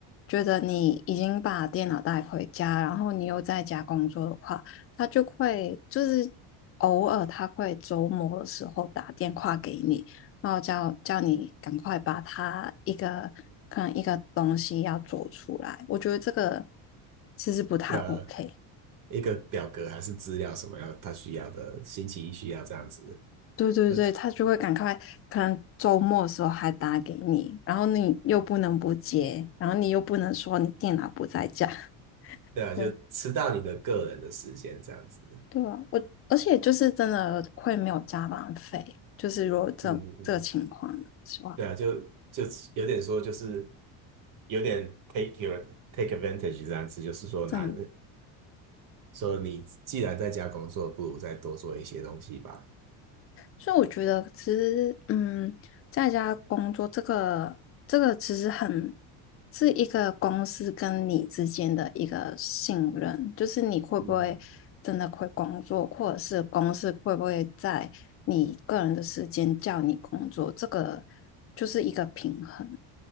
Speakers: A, on the left; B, on the right.
A: 觉得你已经把电脑带回家，然后你又在家工作的话，他就会就是偶尔他会周末的时候打电话给你，然后叫叫你赶快把他一个可能一个东西要做出来。我觉得这个其实不太
B: 呃，
A: OK。
B: 一个表格还是资料什么要他需要的，星期一需要这样子，
A: 对对对，
B: 那
A: 他就会赶快，可能周末的时候还打给你，然后你又不能不接，然后你又不能说你电脑不在家。
B: 对啊，就吃到你的个人的时间这样子，
A: 对对啊，我而且就是真的会没有加班费，就是如果这这个情况的话，
B: 嗯嗯，对啊，就就有点说就是。有点 take your take advantage 这样子，就是说拿
A: 真的嗯
B: 说你既然在家工作，不如再多做一些东西吧。
A: 所以我觉得其实，嗯，在家工作这个这个其实很是一个公司跟你之间的一个信任，就是你会不会真的会工作，
B: 嗯，
A: 或者是公司会不会在你个人的时间叫你工作，这个就是一个平衡。